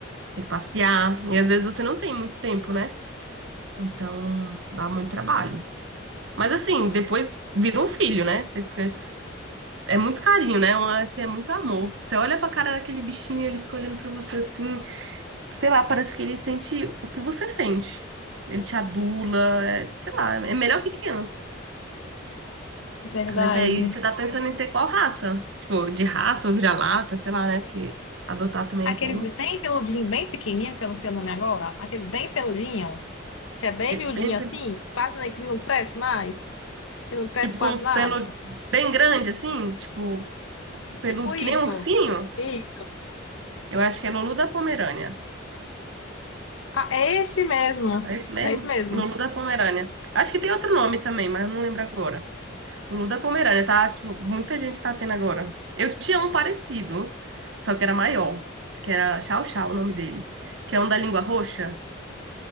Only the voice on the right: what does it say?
Tem que passear. E às vezes você não tem muito tempo, né? Então dá muito trabalho. Mas assim, depois vira um filho, né? Você fica. É muito carinho, né? Uma, assim, é muito amor. Você olha pra cara daquele bichinho, e ele fica olhando pra você assim. Sei lá, parece que ele sente o que você sente. Ele te adula, é- sei lá, é melhor que criança.
Mas aí você tá pensando em ter qual raça? Tipo, de raça ou vira-lata, sei lá, né? Porque adotar também
é bom.
Bem,
bem-
tipo,
com uns
pelos bem grande assim, tipo. peludo
que nem ursinho.
Eu acho que é Lulu da Pomerânia.
É esse mesmo?
Lulu da Pomerânia. Acho que tem outro nome também, mas não lembro agora. Lulu da Pomerânia, tá? Tipo, muita gente tá tendo agora. Eu tinha um parecido, só que era maior, que era Chau Chau o nome dele, que é um da língua roxa.